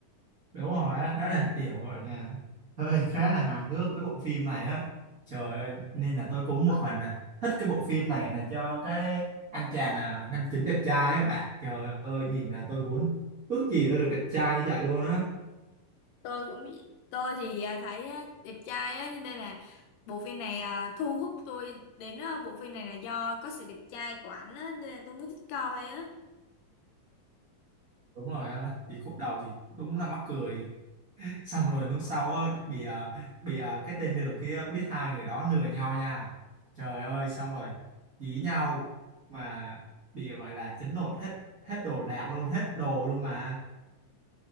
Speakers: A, on the right; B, on the left.
A: đúng rồi á đó là kiểu gọi là hơi khá là hài hước với bộ phim này á trời ơi nên là tôi cũng một phần là thích cái bộ phim này là cho cái anh chàng à, nam chính đẹp trai á bạn trời ơi nhìn là tôi muốn ước gì tôi được đẹp trai như vậy luôn á
B: tôi cũng tôi thì à, thấy à, đẹp trai á cho nên là bộ phim này à, thu hút tôi đến à, bộ phim này là do có sự đẹp trai của ảnh á nên là tôi mới thích coi á
A: đúng rồi á thì khúc đầu thì đúng là mắc cười xong rồi lúc sau á, bị à, bị à, cái tên nửa kia biết hai người đó nửa nhau nha trời ơi xong rồi dí nhau mà bị gọi là chấn nột hết hết đồ đạc luôn hết đồ luôn mà